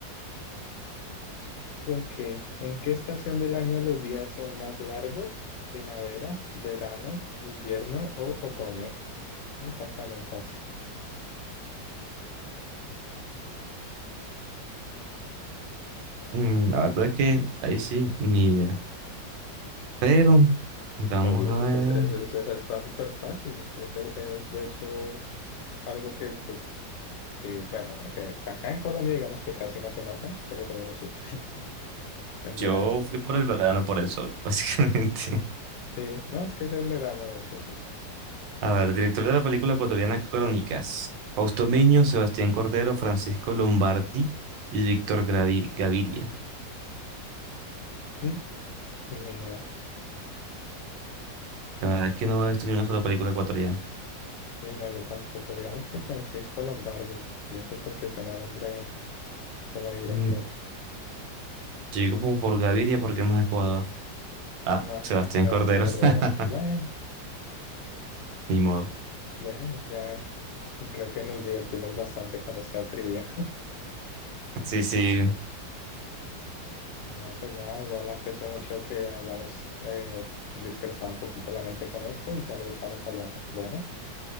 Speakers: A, on the left (about 85°); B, on the right (about 80°).
A: Ok, ¿en qué estación del año los días son más largos? ¿Primavera, verano, invierno o otoño? Esta está muy fácil.
B: Mm, la verdad es que ahí sí, ni idea. Pero, vamos
A: Oh, Dios,
B: a ver.
A: pues, eso, es- esa está súper fácil. Es, el- es, de hecho algo que, pues, sí, bueno, aunque acá en Colombia digamos que casi no se nota, pero sí, el
B: Yo
A: verano.
B: fui por el verano, por el sol, <laughs> básicamente.
A: Sí, no, es que es el verano, de hecho, sí.
B: A ver, director de la película ecuatoriana Crónicas. Fausto Miño, Sebastián Cordero, Francisco Lombardi y Víctor Gravi- Gaviria.
A: Mm, Ni idea.
B: La verdad es que no he visto ni una sola película ecuatoriana.
A: Sí, no, yo tampoco. Digamos que Francisco Lombardi, y eso porque suena nombre como de director.
B: Mm, Llegué como por Gaviria porque es más de Ecuador. Ah,
A: Ah,
B: Sebastián
A: Sebastián
B: Cordero.
A: Cordero.
B: <laughs>
A: Bueno,
B: Ni modo.
A: bueno, ya creo que nos divertimos bastante con esta trivia.
B: Sí, sí.
A: No, pues nada, igual aprecio mucho que hayamos eh, dispersado un poquito la mente con esto y si algo estamos hablando. Bueno,